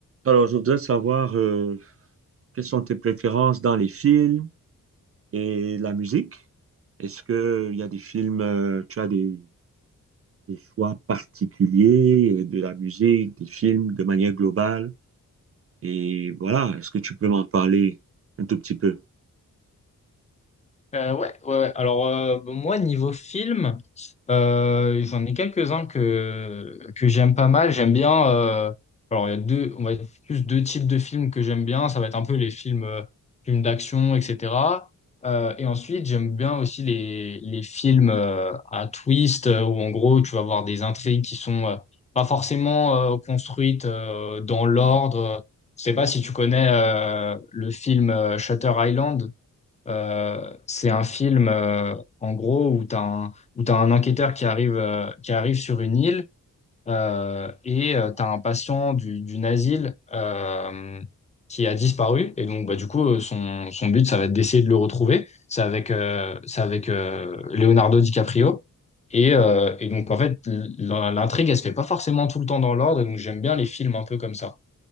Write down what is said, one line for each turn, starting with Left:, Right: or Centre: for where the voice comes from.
Right: Alors, je voudrais savoir euh, quelles sont tes préférences dans les films et la musique. Est-ce que il y a des films, euh, tu as des, des choix particuliers euh, de la musique, des films de manière globale? Et voilà, est-ce que tu peux m'en parler un tout petit peu?
Left: Euh, ouais, ouais, ouais. Alors, euh, bon, moi, niveau film, euh, j'en ai quelques-uns que, que j'aime pas mal. J'aime bien. euh, alors, il y a deux, on va dire plus deux types de films que j'aime bien. Ça va être un peu les films, euh, films d'action, etc. Euh, et ensuite, j'aime bien aussi les, les films euh, à twist, euh, où en gros, tu vas voir des intrigues qui sont euh, pas forcément euh, construites euh, dans l'ordre. Je sais pas si tu connais euh, le film euh, Shutter Island. Euh, c'est un film, euh, en gros, où tu as un, où t'as un enquêteur qui arrive, euh, qui arrive sur une île euh, et tu as un patient du, d'une asile euh, qui a disparu. Et donc, bah, du coup, euh, son, son but, ça va être d'essayer de le retrouver. C'est avec, euh, c'est avec euh, Leonardo DiCaprio. Et, euh, et donc, en fait, l- l'intrigue, elle se fait pas forcément tout le temps dans l'ordre. Et Donc, j'aime bien les films un peu comme ça.